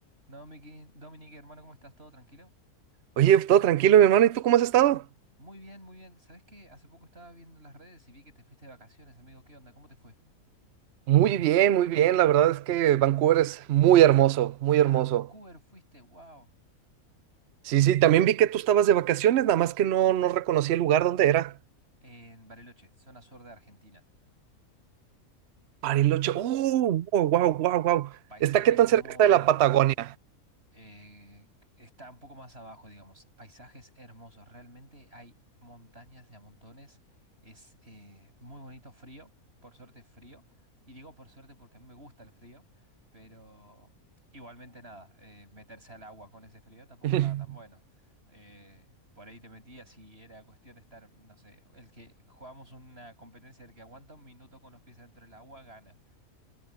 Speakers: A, on the right (about 45°); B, on the right (about 65°).
A: No, Miki, Dominique, hermano, ¿cómo estás? ¿Todo tranquilo?
B: Oye, todo tranquilo, mi hermano. ¿Y tú cómo has estado?
A: Muy bien, muy bien. Sabes qué? Hace poco estaba viendo las redes y vi que te fuiste de vacaciones, amigo. ¿Qué onda? ¿Cómo te fue?
B: Muy bien, muy bien. La verdad es que Vancouver es muy hermoso, muy
A: A
B: hermoso.
A: Vancouver fuiste, wow.
B: Sí, sí, también vi que tú estabas de vacaciones, nada más que no, no reconocí el lugar donde era.
A: En Bariloche, zona sur de Argentina.
B: Bariloche. ¡Oh! ¡Wow, wow, wow, wow!
A: Paisajes
B: ¿Está qué tan
A: muy
B: cerca está de la
A: lindos.
B: Patagonia?
A: eh, está un poco más abajo, digamos. Paisajes hermosos, realmente hay montañas de a montones. Es eh, muy bonito, frío, por suerte frío. Y digo por suerte porque a mí me gusta el frío, pero igualmente nada, eh, meterse al agua con ese frío tampoco
B: <laughs>
A: estaba tan bueno. Eh, por ahí te metías y era cuestión de estar, no sé, el que jugamos una competencia del que aguanta un minuto con los pies dentro del agua gana.